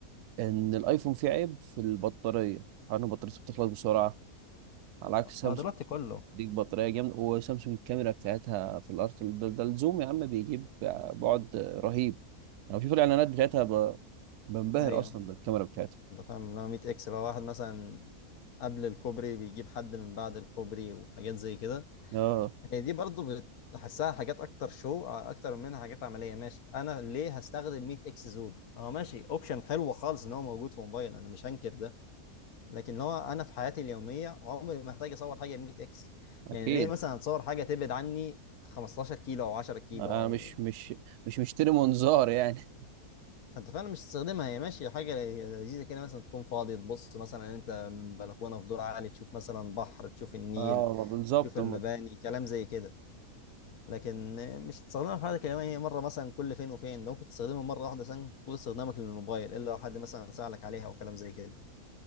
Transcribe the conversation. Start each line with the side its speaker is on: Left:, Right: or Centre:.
Right: ان الايفون فيه عيب في البطاريه حوار ان بطاريته بتخلص بسرعه على عكس سامسونج
Left: هو دلوقتي كله
Right: ديك بطاريه جامده وسامسونج الكاميرا بتاعتها في الارض ده, ده الزوم يا عم بيجيب بعد رهيب انا بشوف الاعلانات بتاعتها ب... بنبهر
Left: ايوه
Right: اصلا بالكاميرا بتاعتها
Left: انت فاهم اللي هو 100 اكس لو واحد مثلا قبل الكوبري بيجيب حد من بعد الكوبري وحاجات زي كده
Right: اه
Left: هي دي برضو بحسها حاجات اكتر شو اكتر منها حاجات عمليه ماشي انا ليه هستخدم 100 اكس زوم اه ماشي اوبشن حلو خالص ان هو موجود في موبايل انا مش هنكر ده لكن هو انا في حياتي اليوميه عمري ما محتاج اصور حاجه ب 100 اكس
Right: اكيد
Left: يعني ليه مثلا اتصور حاجه تبعد عني 15 كيلو او 10 كيلو
Right: انا
Left: او
Right: مش مش مش مشتري منظار يعني
Left: فانت فعلا مش تستخدمها هي ماشيه حاجه لذيذه كده مثلا تكون فاضي تبص مثلا انت من بلكونه في دور عالي تشوف مثلا بحر تشوف النيل
Right: اه بالظبط
Left: تشوف المباني كلام زي كده لكن مش تستخدمها في حاجه كده هي مره مثلا كل فين وفين ده ممكن تستخدمها مره واحده مثلا طول استخدامك للموبايل الا لو حد مثلا سالك عليها او كلام زي كده